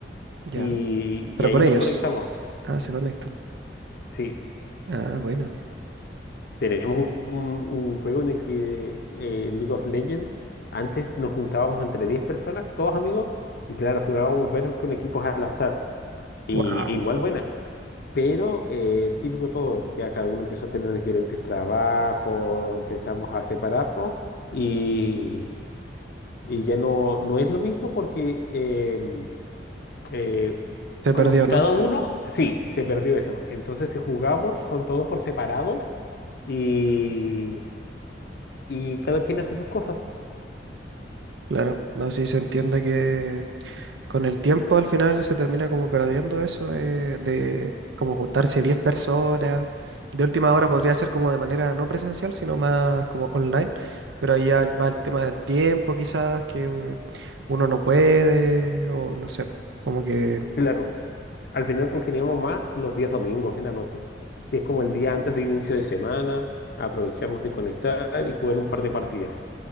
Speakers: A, on the right (about 80°); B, on the left (about 60°).
A: ya,
B: y,
A: pero
B: y ahí
A: con
B: nos
A: ellos.
B: conectamos.
A: Ah, se conectan.
B: Sí,
A: Ah, bueno.
B: Tenemos un, un- un juego en el que eh, League of Legends, antes nos juntábamos entre 10 personas, todos amigos, y claro, jugábamos versus con equipos al azar. Y
A: Wow.
B: igual buena, pero eh, típico todo, ya cada uno empezó a tener diferentes trabajos, empezamos a separarnos y, y ya no, no es lo mismo porque em, eh,
A: Se
B: como
A: perdió,
B: que cada
A: ¿no?
B: uno, sí, se perdió eso. Entonces si jugamos son todos por separado. Y, y cada quien hace sus cosas.
A: Claro, no sé si se entiende que con el tiempo al final se termina como perdiendo eso de, de como juntarse 10 personas. De última hora podría ser como de manera no presencial, sino más como online, pero ahí ya va el tema del tiempo quizás, que eh, uno no puede, o no sé, como que...
B: Claro, al final congeniamos más los días domingos en la noche, que es como el día antes de inicio de semana, aprovechamos de conectar y jugar un par de partidas.